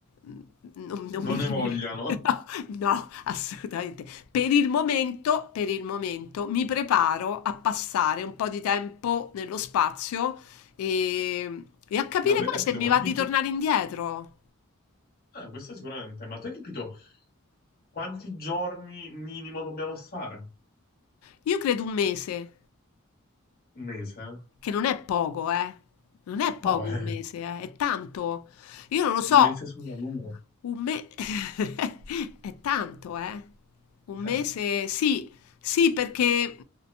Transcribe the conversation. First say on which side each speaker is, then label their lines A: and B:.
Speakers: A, on the left; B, on the left.
A: mm, non- non mi
B: Non
A: viene...
B: ne vogliano.
A: <laughs> No, assolutamente. Per il momento, per il momento, mi preparo a passare un po' di tempo nello spazio e, e a capire
B: Ma tu hai
A: poi
B: capito
A: se mi
B: quanti
A: va di
B: giorni?
A: tornare indietro.
B: Eh, questo sicuramente, ma tu hai capito Quanti giorni minimo dobbiamo stare?
A: Io credo un mese.
B: Un mese?
A: Che non è poco, eh. Non è poco
B: No, <laughs> eh,
A: un mese, eh. È tanto. Io non lo so.
B: un mese sulla Luna.
A: Un mese <laughs> è tanto, eh. Un mese,
B: Eh,
A: sì, sì, perché